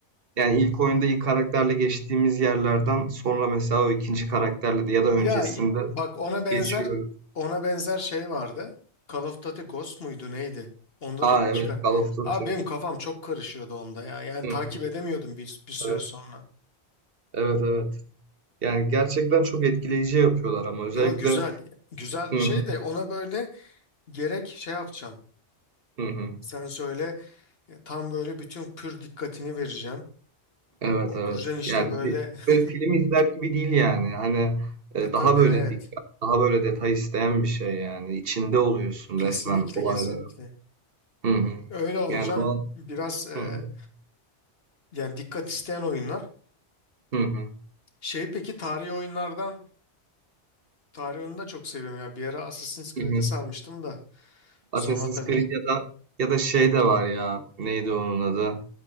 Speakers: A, on the right (about 60°); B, on the left (about 60°).
A: Yani ilk oyunda ilk karakterle geçtiğimiz yerlerden sonra mesela o ikinci karakterle de ya da öncesinde
B: Ya i- bak ona benzer
A: geçiyoruz.
B: ona benzer şey vardı. Call of Duty Ghost muydu neydi? Onda
A: Aa
B: da iki
A: evet
B: kar.
A: Call of Duty.
B: Abi benim kafam çok karışıyordu onda ya. Yani
A: Hı
B: takip
A: hı,
B: edemiyordum bir, bir süre
A: Evet
B: sonra.
A: evet evet. Yani gerçekten çok etkileyici yapıyorlar ama özellikle
B: Yo güzel. Güzel
A: hı
B: şey
A: hı,
B: de ona böyle gerek şey yapacaksın.
A: hı hı.
B: Sen söyle e, tam böyle bütün pür dikkatini vereceksin.
A: Evet,
B: Oturacaksın
A: evet.
B: işte
A: Yani
B: böyle.
A: bir
B: <laughs>
A: böyle film izler gibi değil yani. Hani, eee,
B: E tabii
A: daha böyle
B: evet.
A: dikkat, daha böyle detay isteyen bir şey yani. İçinde oluyorsun
B: Kesinlikle
A: resmen olayların.
B: kesinlikle.
A: Hı hı.
B: Öyle olacaksın.
A: Yani o
B: Biraz e,
A: Hı hı.
B: Yani dikkat isteyen oyunlar.
A: Hı hı.
B: Şey peki tarihi oyunlardan tarihi oyunu da çok seviyorum ya. Bir ara Assassin's Creed'e
A: Hı hı.
B: sarmıştım da sonra
A: Assassin's
B: tabii.
A: Creed ya da ya da şey de var ya, neydi onun adı?